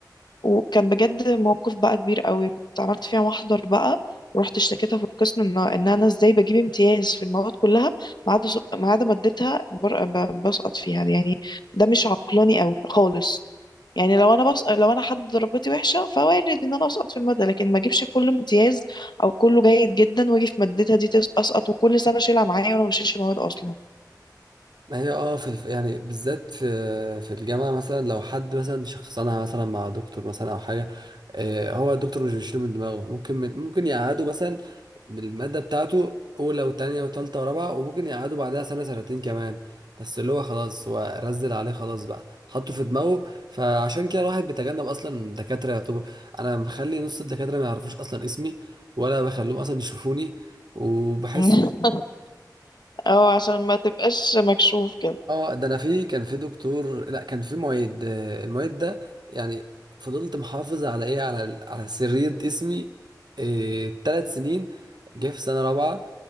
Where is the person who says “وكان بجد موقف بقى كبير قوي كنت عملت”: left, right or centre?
Left